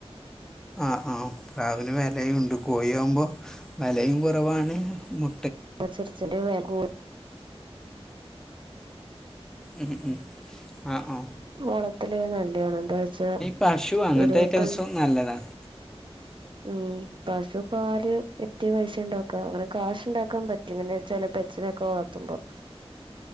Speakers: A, in the centre; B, on the right.
A: ആഹ് ആഹ് പ്രാവിന് വെലയുണ്ട് കോയാമ്പൊ വെലയും കുറവാണ് മു
B: അ ചെർ ചെറ്യ <unintelligible>
A: ഉം ഉം ആഹ് ഓ.
B: വളത്തല് നല്ലാണ് ന്താ വെച്ചാ
A: പശു അങ്ങനത്തെ
B: ഇരുപത്ത
A: ഐറ്റംസും നല്ലതാണ്
B: ഉം പശു പാല് വിറ്റ് പൈസണ്ടാക്കാ അങ്ങന കാശ്ണ്ടാക്കാൻ പറ്റും എങ്ങനെച്ചാല് പെറ്റ്സിനെക്കെ വളർത്തുമ്പം.